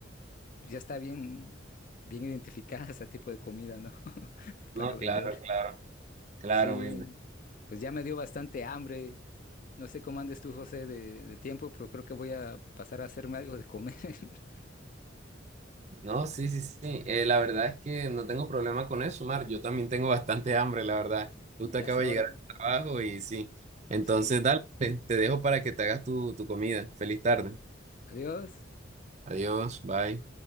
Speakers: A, on the left; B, on the right.
A: ya está bien, bien identificada <laughs> ese tipo de comida, ¿no? <laughs> Para
B: No,
A: beber.
B: claro, claro, claro,
A: Sí,
B: me
A: pues ya me dio bastante hambre. No sé cómo andes tú, José, de, de tiempo, pero creo que voy a pasar a hacerme algo de comer. <laughs>
B: No, sí, sí, sí. Eh, la verdad es que no tengo problema con eso, Mar. Yo también tengo bastante hambre, la verdad. Justo
A: Ya
B: acabo
A: es hora.
B: de llegar al trabajo y sí. Entonces,
A: Sí.
B: dale, te te dejo para que te hagas tu, tu comida. Feliz tarde.
A: Adiós.
B: Adiós, bye.